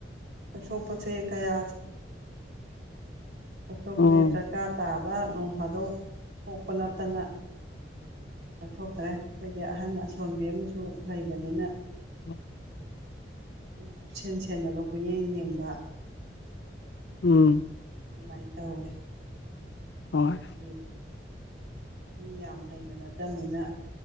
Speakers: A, on the right; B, on the left.
A: ꯆꯠꯊꯣꯛꯄꯁꯦ ꯀꯌꯥ ꯆꯠꯊꯣꯛꯇꯔꯦ
B: ꯎꯝ
A: ꯗꯔꯀꯥꯔ ꯇꯥꯕ ꯅꯣꯡ ꯐꯥꯗꯣꯛ ꯊꫭꯛꯄ ꯅꯠꯇꯅ ꯆꯠꯊꯣꯛꯇꯔꯦ ꯑꯈꯣꯏꯗꯤ ꯑꯍꯟ ꯑꯁꯣꯟꯕꯤ ꯑꯃꯁꯨ ꯂꯩꯕꯅꯤꯅ
B: ꯎꯝ
A: ꯁꯨꯝ ꯀꯨꯞꯁꯦꯟ ꯁꯦꯟꯅꯕ ꯀꯨꯌꯦꯡ ꯌꯦꯡꯕ
B: ꯎꯝ
A: ꯑꯗꯨꯃꯥꯏ ꯇꯧꯋꯦ
B: ꯍꯣꯏ
A: ꯑꯗꯤ ꯃꯤ ꯌꯥꯝ ꯂꯩꯕ ꯅꯠꯇꯝꯅꯤꯅ